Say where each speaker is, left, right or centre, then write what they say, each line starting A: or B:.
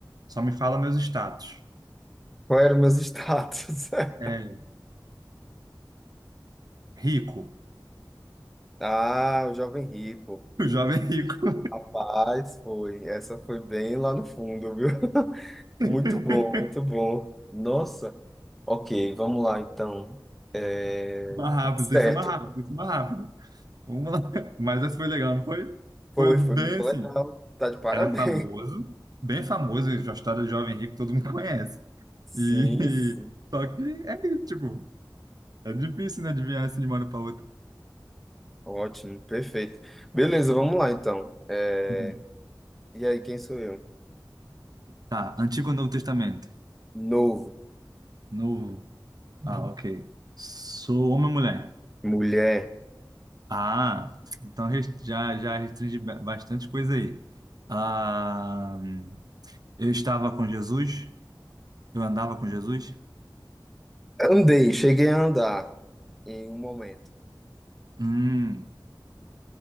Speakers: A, on the right; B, in the centre.
A: Só me fala meus status.
B: Qual era o meu status? <laughs>
A: É, rico. <laughs>
B: Ah, o jovem rico.
A: O jovem rico.
B: Rapaz, foi. Essa foi bem lá no fundo, viu? <laughs>
A: <laughs>
B: Muito bom, muito bom. Nossa. Ok, vamos lá então. É,
A: Mais rápido,
B: Certo.
A: tem que ser mais rápido, tem que ser mais rápido. Vamos lá. Mas essa foi legal, não foi?
B: Foi,
A: Foi bem
B: foi muito
A: assim.
B: legal. Tá de parabéns.
A: Era famoso, bem famoso, a história do jovem rico todo mundo conhece.
B: <laughs> Sim,
A: E
B: sim.
A: <laughs> só que é isso, tipo, é difícil, né, adivinhar assim de uma hora para outra.
B: Ótimo, perfeito. Beleza, vamos lá então. É,
A: Hum.
B: E aí, quem sou eu?
A: Tá, Antigo ou Novo Testamento?
B: Novo.
A: Novo. Ah, ok. Sou homem ou mulher?
B: Mulher.
A: Ah, então res- já, já restringe ba- bastante coisa aí. Ah, eu estava com Jesus? Eu andava com Jesus?
B: Andei, cheguei a andar em um momento.
A: Hum,